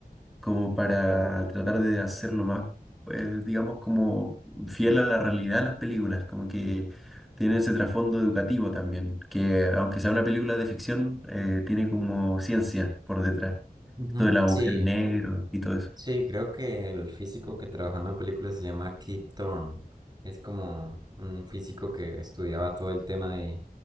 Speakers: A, in the centre; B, on the right.
A: como para tratar de hacerlo más, pues, digamos, como fiel a la realidad de las películas, como que tiene ese trasfondo educativo también, que aunque sea una película de ficción, eh, tiene como ciencia por detrás,
B: Ujú,
A: esto del agujero
B: sí,
A: negro y todo eso.
B: Sí, creo que el físico que trabajó en la película se llama Keith Thorne. Es como un físico que estudiaba todo el tema de